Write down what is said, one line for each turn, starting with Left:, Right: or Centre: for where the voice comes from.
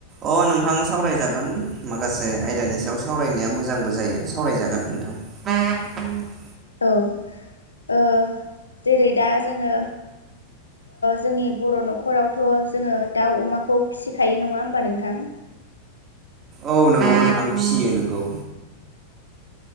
Right: अ नोंथां सावरायजागोन माखासे आयदानि सायाव सावरायनाया मोजांबो जायो सावरायजागोन। <inaudible> <unintelligible>
Left: औ जेरै दा जोंङो। जोंनि बर नखर। नखरावथ जोंङो दाउ अमाखौ फिसिखायो नङा होमबा नोंथां।
Right: औ नंगौ नोंथां फियो नंगौ।